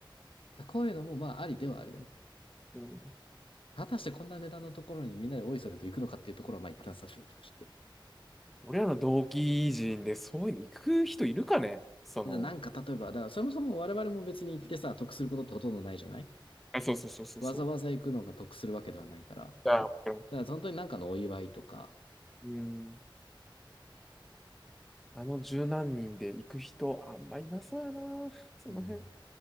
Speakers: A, on the left; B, in the centre.
A: こういうのもまあありではあるよね。
B: うん、
A: 果たしてこんな値段のところにみんなでおいそれと行くのかっていうところはまあ一旦さておとして。
B: 俺らの同期人でそういうの行く人いるかねその。
A: なんか例えば、だからそもそも我々も別に行ってさ、得することってほとんどないじゃない
B: あ、そうそうそうそうそう。
A: わざわざ行くのが得するわけではないから。だか
B: いや、
A: ら本当になんかのお祝いとか、
B: うん。あの十何人で行く人、あんまいなそうやな。その辺、
A: うん。